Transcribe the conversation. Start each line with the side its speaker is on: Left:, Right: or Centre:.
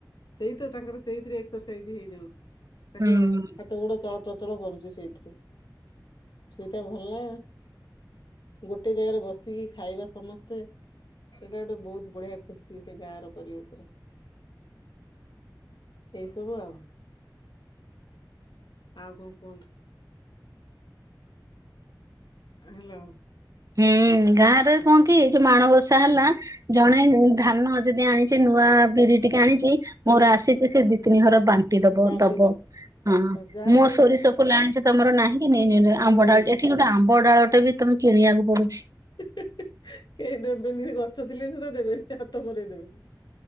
Left: ସେଇ ତ ତାଙ୍କର ସେଇଥିରେ ଏକ୍ସରସାଇଜ୍ ହେଇଯାଉଛି ତାଙ୍କ
Right: ହୁଁ
Left: ତ ଗୋଡ ଚଳପ୍ରଚଳ କରୁଛି ସେଇଥିରେ। ସେଇଟା ଭଲ ଗୋଟେ ଜାଗାରେ ବସିକି ଖାଇବା ସମସ୍ତେ। ସେଟା ଗୋଟେ ବହୁତ ବଢିଆ ଖୁସି ସେ ଗାଁର ପରିବେଶରେ। ଏଇ ସବୁ ଆଉ। ଆଉ କଣ କୁହନ୍ତୁ? ହ୍ୟାଲୋ।
Right: ହୁଁ ଗାଁରେ କଣ କି ଏଇ ଯୋଉ ମାଣବସା ହେଲା ଜଣେ
Left: ହଁ
Right: ଧାନ ଯଦି ଆଣି ଛି ସେ ନୂଆ ବିରି ଟିକେ ଆଣିଛି
Left: ହଁ
Right: ମୋର ଆସିଛି ସେ ଦି ତିନି ଘର ବା ଟି ଦବ
Left: ବାଣ୍ଟି
Right: ଦବ ହଁ
Left: ଯାହାର
Right: ମୁଁ
Left: ଯୋଉ
Right: ସୋରିଷ
Left: ଜିନିଷ
Right: କୁଲେ ଆଣିଛି ତମର ନାହିଁ କି ନେ ନେ ଆମ୍ବ
Left: ନିଅନ୍ତିଟା
Right: ଡାଳଟେ ଏଠି ଗୋଟେ ଆମ୍ବ ଡାଳଟେ ବି ତମେ କିଣିବାକୁ ପଡୁଛି।
Left: ହେଁ ହେଁ କେହି ଦେବେନି ସେ ଗଛ ଥିଲେ ବି ସୁଦ୍ଧା ଦେବେନି ହାତ ମରେଇ ଦେବେନି।